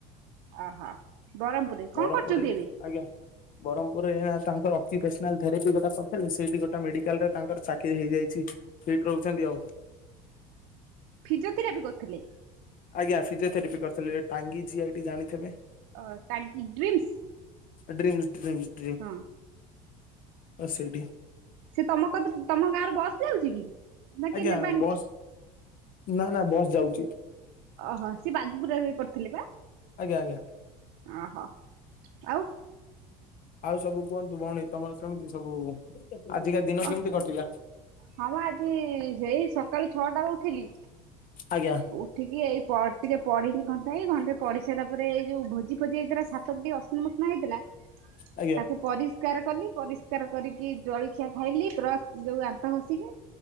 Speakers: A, on the right; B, on the left.
A: ଓହୋ। ବ୍ରହ୍ମପୁରରେ କଣ
B: ବରମ୍
A: କରୁଛନ୍ତି
B: ପୁରରେ
A: ଏବେ?
B: ଆଜ୍ଞା। ବରହ୍ପୁପୁରରେ ଏ ଆ ତାଙ୍କର ଅକ୍ଚିଫେସନାଲ ଥେରାପି ଗୋଟା କରିଥିଲେ ସେଠି ଗୋଟା ମେଡିକାଲ ରେ ତାଙ୍କର ଚା କିରି ହେଇଛି ସେଇଠି ରହୁଛନ୍ତି ଆଉ।
A: ଫିଜୋ ଥିରାପି କରିଥିଲେ?
B: ଆଜ୍ଞା ଫିଜିଓଥେରାପି କରିଥିଲେ ଟାଙ୍ଗି ଜି ଆଇ ଟି ଜାଣିଥିବେ।
A: ଅ ଟାଙ୍ଗି ଡ୍ରିମ୍ସ।
B: ଏ ଡ୍ର୍ରୀମ୍ଶ୍ ଡ୍ର୍ରୀମ୍ଶ୍
A: <inaudible>
B: ସେଇଠି
A: ସେ ତମ କ ତମ ଗାଁରୁ ବସ ଯାଉଛି କି? ନା କିଏ
B: ଆଜ୍ଞା
A: ନେବାଣି?
B: ବସ୍ ନା ନା ବସ୍ ଯାଉଛି।
A: ଓହୋ ସିଏ ବାଜପୁରରେ ବି ପଥିଲେ ବା
B: ଆଜ୍ଞା ଆଜ୍ଞା
A: ଓହୋ ଆଉ
B: ଆଉ ସବୁ କୁହନ୍ତୁ ଭଉଣୀ ତମର କେମିତି ସବୁ ଆଜିକା ଦିନ କେମିତି
A: ଅ
B: କଟିଲା
A: ହଁ ମା ଆଜି ସେଇ ସକାଳୁ ଛଅଟ ର ଉଠିଲି।
B: ଆଜ୍ଞା।
A: ଉଠିକି ଏଇ ପ ଟିକେ ପଢିନି ଘଣ୍ଟା ଏଇ ଘଣ୍ଟା ପଢି ସାରିଲା ପରେ ଏଇ ଯୋଉ ଭୋଜି ଫୋଜି ହେରା ସା ସବୁ ଟିକେ ଅସନା ମସନା ହେଇଥିଲା
B: ଆଜ୍ଞା
A: ତାକୁ ପରିଷ୍କାର କଲି ପରିଷ୍କାର କରିକି ଜଳଖିଆ ଖାଇଲି, ବ୍ରସ ଯୋଉ ଦାନ୍ତ ଘସିକି।